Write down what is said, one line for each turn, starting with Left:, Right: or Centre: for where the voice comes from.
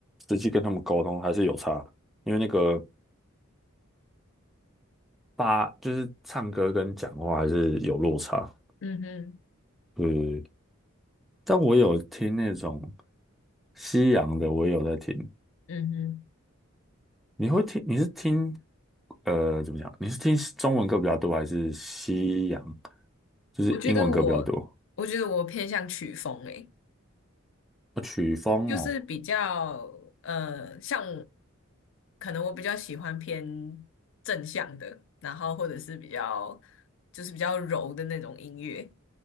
Centre: 实际跟他们沟通还是有差，因为那个发就是唱歌跟讲话还是有落差。
Left: 嗯哼，
Centre: 嗯，但我有听那种西洋的，我也有在听。
Left: 嗯哼，
Centre: 你会听？你是听呃怎么讲？你是听中文歌比较多，还是西洋？就是英文歌比较多？
Left: 我觉得我，我觉得我偏向曲风哎，
Centre: 哦曲风哦
Left: 就是比较呃，像可能我比较喜欢偏正向的，然后或者是比较就是比较柔的那种音乐。